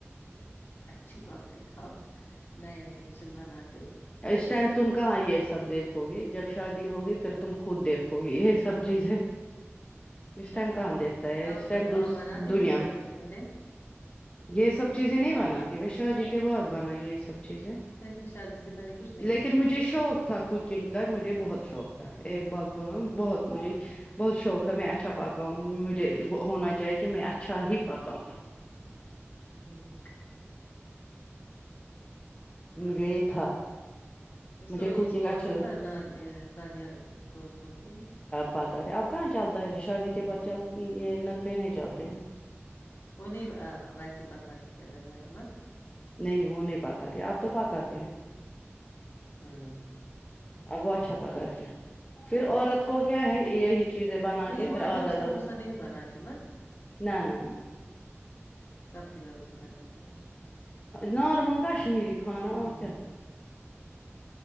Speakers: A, on the left; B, on the left.
A: اچھی بات ہے آپ نئے نئے ڈشس بنات
B: اس ٹائم تم کہاں یہ سب دیکھو گی جب شادی ہوگی پھر تم خود دیکھو گی سب
A: <inaudible> ہ
B: چیزیں اس ٹائم کہاں دیکھتا ہے اس
A: آپ
B: ٹائم دوس
A: آپ بناتی
B: دنیا
A: تھی شادی
B: میں
A: سے پہلے
B: یہ سب چیزیں نہیں بناتی بھی شادی کے بعد بنائی ہے یہ سب چیزیں
A: میں شادی سے پہلے کچھ نہیں
B: لیکن
A: کرتی تھی
B: مجھے
A: گھر
B: شوق
A: میں
B: تھا کوکنگ کا مجھے بہت شوق تھا
A: ہوں
B: ایک ب ب بہت مجھے بہت شوق ہے میں اچھا پپکاؤں ہوں مجھے
A: ہوں
B: ہونا جا کہ میں اچھا ہی پکاؤں
A: ج <unintelligible>
B: مجھے یہ تھا
A: اسو
B: مجھے کوکنگ
A: اس کو
B: اچھی
A: آتا
B: لگتی
A: تھا ناد سادیہ کو کوکنگ
B: پکتے اب کہاں چلتا ہے شادی
A: ہوں
B: کے بعد چل یہ نخرے نہیں چلتے
A: وہ نہیں ویسے پکاتی تھی ادروائز مت
B: نہیں وہ نہیں پکاتی آپ تو پکاتی ہے
A: ہوں
B: اب وہ اچھا پکاتی ہے پھر عورت کو کیا ہے چیزیں بنا
A: لیکن
B: کے پھر
A: وہ
B: عادت
A: ڈوسا
B: عادت
A: ووسا نہیں بناتی مت
B: نہ نہ نہ
A: سبزی وبزی بناتی ہیں
B: نارمل کشمیری کھانا
A: ہوں
B: اور کیا